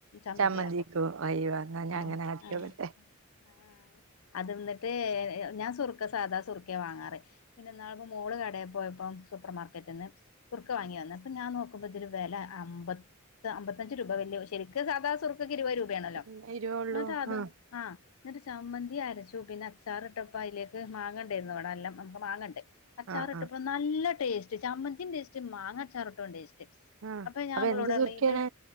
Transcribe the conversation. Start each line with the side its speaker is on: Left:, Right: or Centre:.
Left: ചമ്മന്തി
Right: ചമ്മന്തിക്കും
Left: അരക്കും
Right: അയ്യോ എന്നാ ഞാങ്ങനെ
Left: ആഹ്
Right: ആക്കിയോക്കട്ടെ
Left: ആഹ് ആഹ് അങ്ങനെ അതെന്നിട്ട് ഞാൻ സുറുക്കാ സാധാ സുറുക്കെയാ വാങ്ങാറ് പിന്നെ ഇന്നാള് മോള് കടേ പോയപ്പം സൂപ്പർ മാർക്കറ്റിന്ന് സുർക്ക് വാങ്ങി വന്ന് അപ്പൊ ഞാൻ നോ മുപ്പതിലുവെല അമ്പത്ത് അമ്പത്തഞ്ച് രൂപ വല്ല്യത് ശെരിക്ക് സാധാ സുറുക്കൊക്കെ ഇര് വഅ് രൂ വേണോല്ലോ
Right: പിന്നെ ഇരുവേ ഉള്ളൂ
Left: ന്ന്ട്ടാതും
Right: ആ
Left: ആഹ് ന്നിട്ട് ചമ്മന്തി അരച്ചു പിന്നെ അച്ചാറിട്ടപ്പോ അയിലേക്ക് മാങ്ങണ്ടേന്നുവ്ടെ നല്ലം നമ് മാങ്ങണ്ട് അച്ചാറിട്ടപ്പോ
Right: ആ ആ
Left: നല്ല ടേസ്റ്റ് ചമ്മന്തിം ടേസ്റ്റ് മാങ്ങ അച്ചാർട്ട ഉം ടേസ്റ്റ്
Right: ആ
Left: അപ്പ ഞാൻ
Right: അപ്പൊ
Left: വ്ളോടർഞ്ഞ്
Right: എന്ത് സുർക്കയാണ്
Left: ഇത്